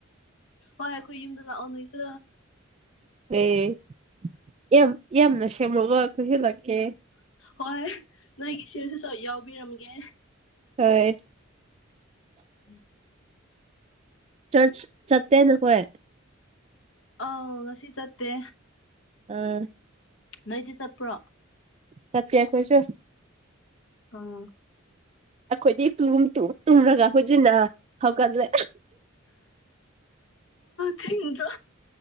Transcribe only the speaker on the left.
ꯍꯣꯏ ꯑꯩꯈꯣꯏ ꯌꯨꯝꯗ ꯂꯥꯛꯑꯣ ꯅꯣꯏꯁꯨ
ꯍꯣꯏ ꯅꯣꯏꯒꯤ ꯁꯤꯔꯁꯨꯁꯨ ꯌꯥꯎꯕꯤꯔꯝꯒꯦ
ꯎꯝ
ꯑꯥꯎ ꯉꯁꯤ ꯆꯠꯇꯦ
ꯅꯣꯏꯗꯤ ꯆꯠꯄ꯭ꯔꯣ
ꯑꯥ
ꯊ꯭ꯔꯣ